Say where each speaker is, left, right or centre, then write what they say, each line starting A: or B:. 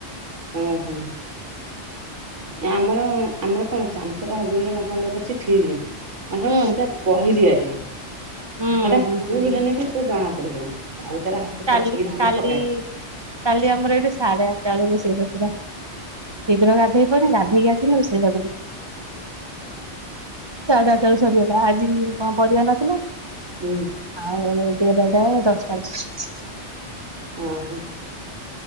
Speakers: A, on the right; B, on the right.
A: ଓହୋ ଆମର ଆମର କଣ ଅଛି <unintelligible> ର ଲଙ୍କାଗୁଣ୍ଡ ପଡିଛି ଠିକ ଆମର
B: ହୁଁ
A: କଣ ପୁରା ଗହିରୀଆଟେ।
B: ହୁଁ
A: ସେଟା
B: ହୁଁ
A: ଫୁଲ ହେଲେ ବି ତୋ ଜଣା ପଡିବ ନାହିଁ। ବୋଉ ତାର ହାତ
B: କାଲି
A: ଚକିକି ଧରିକି
B: କାଲି
A: ପକାଏ
B: କାଲି ଆମର ଏଠି ସାଢେ ଆଠଟା ବେଳୁ ରୋଷେଇ ସରିଥିଲା। ଶୀଘ୍ର ଗାଧେଇ ପାରୁନି ଗାଧେଇକି ଆସିଲା <unintelligible> ସାଢ଼େ ଚାରଟା ବେଳକୁ ସରିଗଲା ଆଜି କଣ ପରିବା ନଥିଲା
A: ହୁଁ
B: ଆଉ <unintelligible> ଏ ଦଶଟା <unintelligible>
A: ଓହୋ ହୁଁ